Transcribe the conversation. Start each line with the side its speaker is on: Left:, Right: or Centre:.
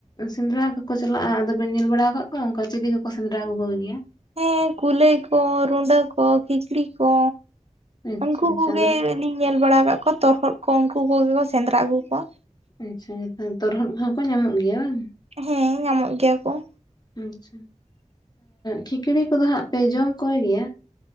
Left: ᱥᱮᱸᱫᱽᱨᱟ ᱠᱚᱠᱚ ᱪᱟᱞᱟᱜᱼᱟ ᱟᱫᱚᱵᱚᱱ ᱧᱮᱞ ᱵᱟᱲᱟ ᱟᱠᱟᱫ ᱠᱚᱣᱟ ᱚᱱᱠᱟ ᱪᱤᱞᱤ ᱠᱚᱠᱚ ᱥᱮᱸᱫᱽᱨᱟ ᱟᱹᱜᱩ ᱠᱚᱜᱮᱭᱟ?
Right: ᱦᱮᱸ ᱠᱩᱞᱟᱹᱭ, ᱠᱚ ᱨᱩᱸᱰᱟᱹ ᱠᱚ, ᱠᱷᱤᱠᱲᱤ ᱠᱚ,
Left: ᱟᱪᱪᱷᱟ
Right: ᱩᱱᱠᱩ
Left: ᱟᱪᱪᱷᱟ
Right: ᱠᱚᱜᱮ
Left: ᱟᱫᱚ
Right: ᱾ ᱞᱤᱧ ᱧᱮᱞ ᱵᱟᱲᱟ ᱟᱠᱟᱫ ᱠᱚᱣᱟ ᱛᱚᱨᱦᱚᱫ ᱠᱚ, ᱩᱱᱠᱩ ᱠᱚᱜᱮ ᱠᱚ ᱥᱮᱸᱫᱽᱨᱟ ᱟᱹᱜᱩ ᱠᱚᱣᱟ ᱾
Left: ᱟᱪᱪᱷᱟ ᱛᱚᱨᱦᱚᱫ ᱠᱚᱦᱚᱸ ᱠᱚ ᱧᱟᱢᱚᱜ ᱜᱮᱭᱟ ᱾
Right: ᱦᱮᱸ ᱧᱟᱢᱚᱜ ᱜᱮᱭᱟ ᱠᱚ ᱾
Left: ᱟᱪᱪᱷᱟ ᱠᱷᱤᱠᱲᱤ ᱠᱚᱫᱚ ᱦᱟᱸᱜ ᱯᱮ ᱡᱚᱢ ᱠᱚ ᱜᱮᱭᱟ?